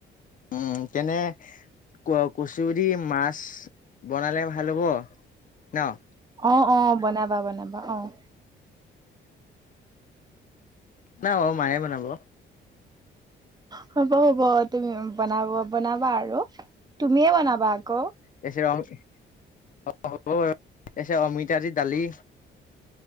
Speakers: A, on the left; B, on the right.
A: উম, তেনে ক -কচুই দি মাছ বনালে ভাল হ'ব। ন'?
B: অহ - অহ বনাবা -বনাবা অ',।
A: নাই অহ মায়ে বনাব।
B: হ'ব- হ'ব তুমি বনাব বনাবা আৰু তুমিয়ে বনাবা আকৌ।
A: <unintelligible> অমিতা দি দালি।